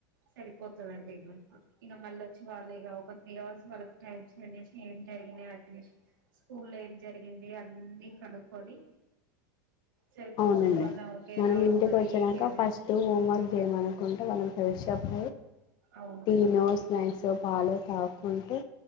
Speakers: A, on the right (about 85°); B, on the left (about 40°).
A: సరిపోతుందండి ఇగ ఇగ మళ్ళ వచ్చి వాళ్ళు ఇగా ఒక త్రీ అవర్స్ వాళ్ళకు టైమ్ స్పెండ్ చేసి ఏం జరిగింది అట్మిషన్ స్కూల్లో ఏం జరిగింది అన్నీ కనుక్కొని సరిపోతుంది
B: అవునండి
A: వాళ్ళ ఓకే
B: మనం
A: ఎలా
B: ఇంటికి
A: ఉన్నది
B: వచ్చినంక
A: ఏంటి అనేది
B: ఫస్ట్ హోం వర్క్ చేయమనుకుంటే మనం తరిషా ఫ
A: అవును
B: టీనో స్నాక్సో పాలు త కుంటూ